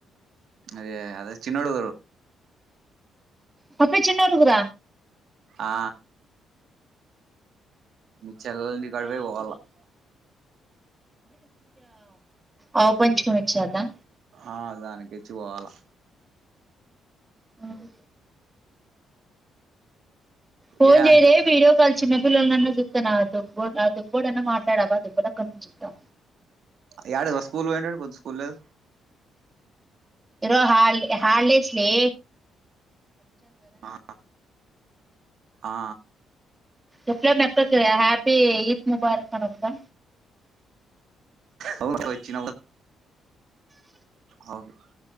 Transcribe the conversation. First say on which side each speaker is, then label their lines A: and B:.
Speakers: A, on the right; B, on the right.
A: అదే అదే చిన్నోడూ
B: పప్పి చిన్నఊరుగుర
A: ఆ మఉ చెల్లలింటికడివే పోవాల <inaudible>
B: ఆవు పంచకం ఇచ్చార్నా
A: ఆ దానికిచ్చి పోవాల
B: మఉ ఫోన్
A: ఏ
B: చేయలే వీడియో కాల్ చిన్న జతనా దొ దుగబోడన మాట్లాడవ దుబ కమ్ జతా
A: య ఆడు స్కూల్ పోయోటోడు స్కూల్ లేద్
B: ఇరో హల్ హల్డస్లే
A: ఆ ఆ
B: ఎప్పుడ మ ఎప్ప క హ్యాపీి ఈద్ ముబార్క్ అనగుదా
A: వచ్చి <unintelligible>